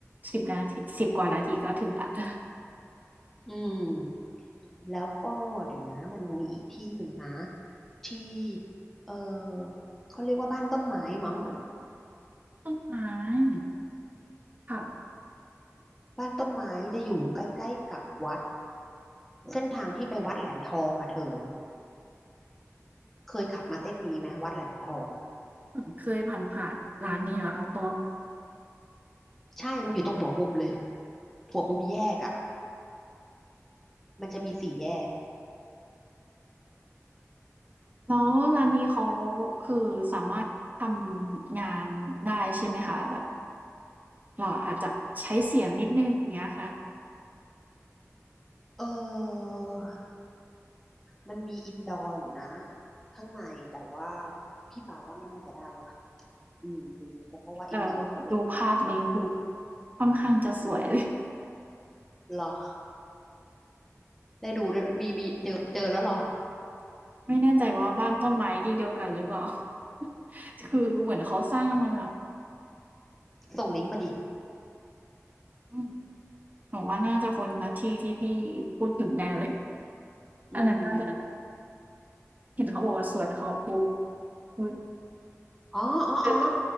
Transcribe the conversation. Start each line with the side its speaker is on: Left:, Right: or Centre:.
Right: สิบนาทีสิบกว่านาทีก็ถึงแลวจ้ะ
Centre: อืมแล้วก็เดี๋ยวนะมันยังมีอีกที่หนึ่งนะที่เออเขาเรียกว่าบ้านต้นไม้มั้ง
Right: ใช่ค่ะ
Centre: บ้านต้นไม้จะอยู่ใกล้ๆกับวัดเส้นทางที่ไปวัดแหลมทองอ่ะเธอเคยขับมาเส้นนี้ไหมวัดแหลมทองอะ
Right: เหมือนเคยผ่านผ่านๆร้านนี้เหรอคะเพราะว่า
Centre: ใช่มันอยู่ตรงหัวมุมเลยหัวมุมแยกอ่ะมันจะมีสี่แยก
Right: แล้วร้านนี้เขาคือสามารถทำงานได้ใช่ไหมคะแบบเราอาจจะใช้เสียงนิดหนึ่งอย่างเงี้ยค่ะ
Centre: เออมันมีอินดอร์อยู่นะข้างในแต่ว่าพี่ปาว่าไม่น่าจะได้ว่ะอืมลืมไปเพราะว่าอินดอร์เขาเล็กเดียวแล้วก็เป็น
Right: แต่ดูภาพนี้คือค่อนข้างจะสวยเลย
Centre: หรอได้ดูด้วยมีมีเจอเจอแล้วเหรอ
Right: <laughs> ไม่แน่ใจว่าบ้านต้นไม้ที่เดียวกันหรือเปล่า <laughs> คือเหมือนเขาสร้างมาแบบ
Centre: ส่งลิงก์มาดิ
Right: อืมหนูว่าน่าจะคนละที่ที่พี่พูดถึงแน่เลย
Centre: อื
Right: อันนั้นน่าจะ
Centre: ม
Right: เห็นเขาบอกว่าสวนเขาปลูกอุ๊ย
Centre: อ๋ออ๋ออ๋อ
Right: เออ